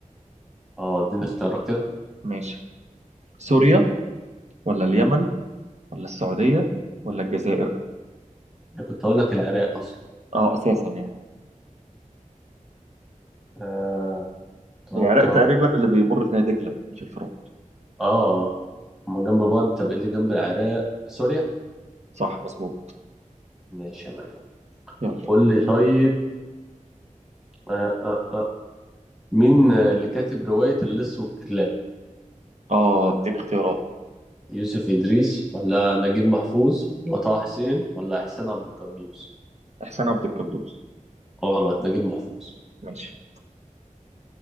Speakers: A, in the centre; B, on the right (about 55°).
A: اه اديني اختيارات كده
B: ماشي سوريا ولا اليمن ولا السعودية ولا الجزائر
A: انا كنت اقول لك العراق اصلا
B: اه اساسا يعني
A: آه، اتوقع
B: العراق تقريبا اللي بيمر فيها دجلة مش الفرات
A: اه هما جنب بعض طب ايه اللي جنب العراق سوريا
B: صح مظبوط
A: ماشي يا معلم
B: يلا
A: قول لي طيب آه آه آه. مين اللي كاتب رواية اللص والكلاب
B: اه اديني اختيارات
A: يوسف إدريس ولا نجيب محفوظ ولا طه حسين ولا إحسان عبد القدوس
B: احسان عبد القدوس
A: غلط نجيب محفوظ
B: ماشي